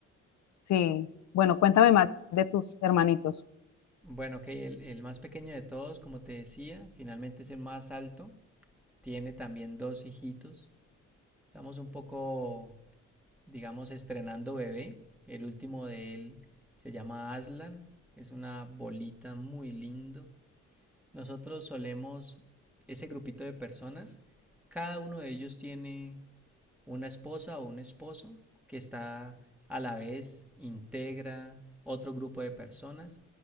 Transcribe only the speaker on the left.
Sí, bueno, cuéntame más de tus hermanitos.